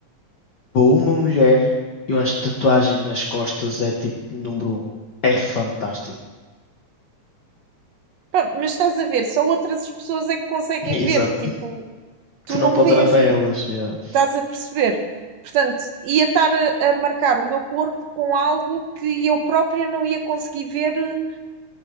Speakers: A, on the left (about 60°); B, on the right (about 65°).
A: Para uma mulher, eu acho que tatuagem nas costas é tipo número um. É fantástico.
B: pá, mas estás a ver, só outras pessoas é que conseguem
A: <laughs> Exato.
B: ver, tipo, tu
A: Tu não
B: não
A: podes
B: vês,
A: olhar para
B: tipo,
A: elas. yeah.
B: Estás a perceber? Portanto, ia estar a, a marcar o meu corpo com algo que eu própria não ia conseguir ver, eh,